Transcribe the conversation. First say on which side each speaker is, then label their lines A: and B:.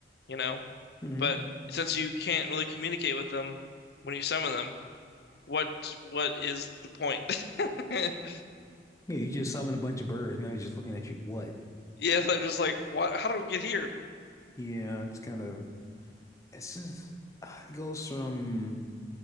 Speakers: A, on the left; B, on the left.
A: you know?
B: hmm
A: But since you can't really communicate with them when you summon them, what what is the point? <laughs>
B: Yeah, you just summon a bunch of birds. Now you're just looking at you. What?
A: Yeah, they're just like, what? How did we get here?
B: Yeah, it's kind of. This is. uh, It goes from